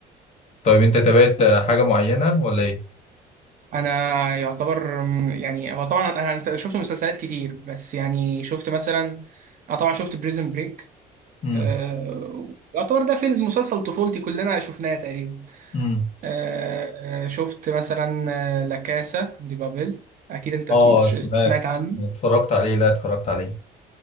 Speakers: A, on the left; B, on the right.
A: طيب انت تابعت آه، حاجة معينة ولا ايه؟
B: انا يعتبر مم، يعني هو طبعا انا أنت شفت مسلسلات كتير بس يعني شفت مثلا انا طبعا شفت بريزن بريك
A: امم
B: أه... يعتبر ده فيلم مسلسل طفولتي كلنا شفناه تقريبا
A: امم
B: أه... شفت مثلا لا كاسا دي بابل اكيد انت
A: اه
B: سم-
A: سمعت
B: سمعت عنه
A: اتفرجت عليه لا اتفرجت عليه